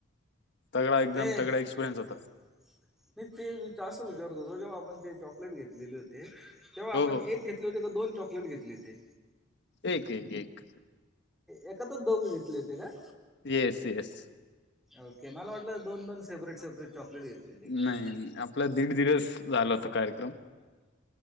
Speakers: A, on the left; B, in the centre.
A: तगडा एकदम
B: ते
A: तगडा
B: नाही
A: एक्सपिरियन्स होता
B: ते वि अस विचारतो तो जेव्हा आपण ते चॉकलेट घेत घले होते तेव्हा
A: हो
B: आपण
A: हो
B: एक घेतले होते दोन चॉकलेट घेतले होते?
A: एक एक एक
B: ए तरच दोघ घेतले होते का
A: येस येस
B: ओके मला वाटलं दोन दोन सेपरेट सेपरेट चॉकलेट घेतले ते काय
A: नाही आपला दीड दिवस झाला होता कार्यक्रम